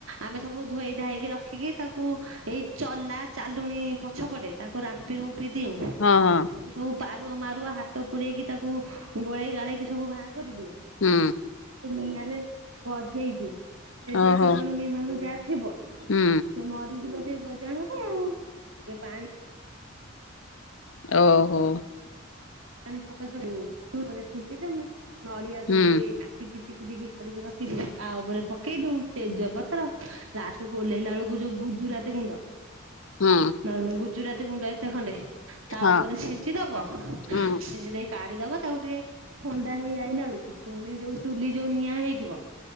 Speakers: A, on the right (about 80°); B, on the left (about 70°).
A: ଆମେ ସବୁ ଧୋଇ ଧାଇକି ରଖିକି ତାକୁ ଏଇ ଚଲା ଚାଲୁଣି ପଛପଟେ ତାକୁ ରାମ୍ପି ରୁମ୍ପି ଦେଉଁ ତାଙ୍କୁ
B: ହଁ ହଁ
A: ସବୁ ପାରୁଅ ମାରୁଅ ହାତ ପୁରେଇକି ତାକୁ ଗୋଳେଇ ଗାଳେଇକି ସବୁ ବାହାର କରିଦେଉ।
B: ହୁଁ।
A: କେ ନିଆଁରେ ଗଜେଇ ଦିଉ। ସେ
B: ଓହୋ
A: ଯୋଉ ଜୀବାଣୁ ମିବାଣୁ ଯାଆ ଥିବ ସେ
B: ହୁଁ।
A: ମରିଯିବ। ସେ ଗଜାହେବେ ଆଉ ଟିକେ ପାଣି
B: ଓହୋ।
A: ଣି ସକାସେ <unintelligible> ଉପରେ ଛିଞ୍ଚି ଦମୁଁ ନଡିଆ
B: ହୁଁ
A: ଗୋଟି କା ଟିକି ଟିକି ଟିକି କରିକି ରଖି <inaudible> ତା ଉପରେ ପକେଇ ଦଉଁ ତେଜ ପତ୍ର ଲା ଯୋଉ ଓହ୍ଲେଇଲା ଳୁକୁ ଯୋଉ ଗୁଜୁରାତି ଗୁଣ୍ଡ
B: ହୁଁ।
A: ନହେଲେ ନାଇଁ ଗୁଜୁରାତି ଗୁଣ୍ଡ ଏତେ ଖଣ୍ଡେ ତା
B: ହଁ
A: ଉପରେ ଛିଞ୍ଚି ଦବ।
B: ହୁଁ
A: ଛିଞ୍ଚି ଦେଇକି କାଡିଦବ ତାକୁ ଟିକେ ଥଣ୍ଡା ହେଇ ଆଇଲା ଏଳୁକୁ ଫୁଣି ଯୋଉ ଚୁଲି ଯୋଉ ନିଆଁ ହେଇଥିବ